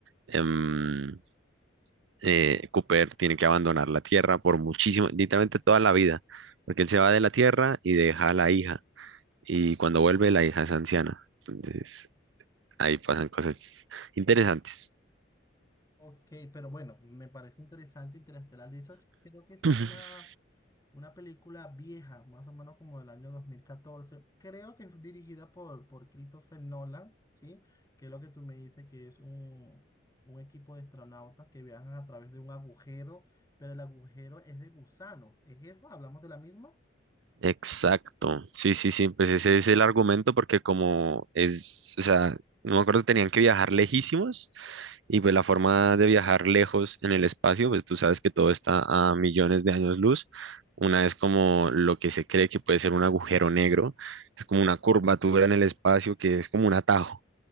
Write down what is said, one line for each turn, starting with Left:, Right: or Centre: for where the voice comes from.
Right: Em, eh, Cooper tiene que abandonar la Tierra por muchísimo, literalmente toda la vida, porque él se va de la Tierra y deja a la hija, y cuando vuelve la hija es anciana. Entonces, ahí pasan cosas interesantes.
Left: Ok, pero bueno, me parece interesante Interestelar. De hecho, creo que esa
Right: <laughs>
Left: es una, una película vieja, más o menos como del año 2014. Creo que fue dirigida por, por Christopher Nolan, ¿sí? Que es lo que tú me dices, que es un, un equipo de astronautas que viajan a través de un agujero, pero el agujero es de gusano. ¿Es esa? ¿Hablamos de la misma?
Right: Exacto, sí, sí, sí, pues ese es el argumento porque como es, o sea, no me acuerdo, tenían que viajar lejísimos y pues la forma de viajar lejos en el espacio, pues tú sabes que todo está a millones de años luz, una es como lo que se cree que puede ser un agujero negro, es como una curvatura en el espacio que es como un atajo